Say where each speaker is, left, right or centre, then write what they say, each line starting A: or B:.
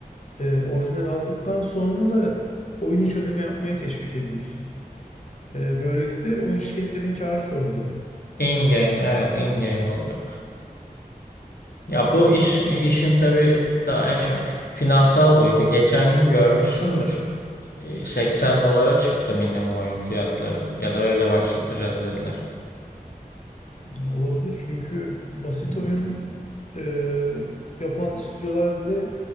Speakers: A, on the left; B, on the left.
A: E, orijinal aldıktan sonra da oyun içi ödeme yapmaya teşvik ediyorsun. E, böylelikle oyun şirketlerin karı çoğalıyor.
B: In game evet in game oluyor. Ya bu iş işin tabii daha en finansal boyutu. Geçen gün görmüşsündür. E, 80 dolara çıktı minimum oyun fiyatları ya da öyle başlatacağız dediler.
A: E, Olabilir çünkü basit
B: Evet.
A: oyun e, yapan stüdyolar bile